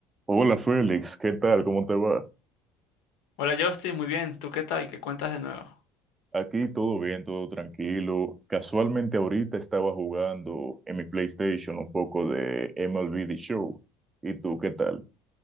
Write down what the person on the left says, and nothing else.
Hola Justin, muy bien. ¿Tú qué tal? ¿Qué cuentas de nuevo?